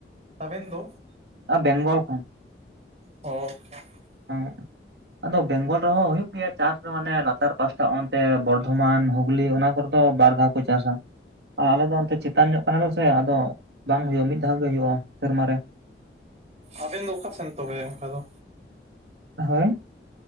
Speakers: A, on the right; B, on the right.
A: ᱟᱵᱤᱱ ᱫᱚ
B: ᱵᱮᱝᱜᱚᱞ ᱠᱷᱚᱱ
A: ᱚ ᱦᱮᱸ <inaudible>
B: ᱦᱮᱸ, ᱟᱫᱚ ᱵᱮᱝᱜᱚᱞ ᱨᱮᱦᱚᱸ ᱦᱩᱭᱩᱜᱭ ᱜᱮᱭᱟ ᱪᱟᱥ ᱫᱚ ᱢᱟᱱᱮ ᱞᱟᱛᱟᱨ ᱯᱟᱥᱴᱟ ᱚᱱᱛᱮ ᱵᱚᱨᱫᱷᱚᱢᱟᱱ ᱦᱩᱜᱽᱞᱤ ᱚᱱᱟ ᱠᱚᱨᱮ ᱛᱚ ᱵᱟᱨ ᱫᱷᱟᱣ ᱠᱚ ᱪᱟᱥᱟ ᱟᱨ ᱟᱞᱮᱚ ᱫᱚ ᱚᱱᱛᱮ ᱪᱮᱛᱟᱱ ᱧᱚᱜ ᱠᱟᱱᱟᱞᱮ ᱥᱮ ᱟᱫᱚ ᱵᱟᱝ ᱦᱩᱭᱩᱜᱼᱟ ᱢᱤᱫ ᱫᱷᱟᱣ ᱜᱮ ᱦᱩᱭᱩᱜᱼᱟ ᱥᱮᱨᱢᱟᱨᱮ
A: ᱟᱵᱮᱱ ᱫᱚ ᱚᱠᱟ ᱥᱮᱱ ᱛᱚᱵᱮ ᱚᱱᱠᱟ ᱫᱚ
B: ᱦᱳᱭ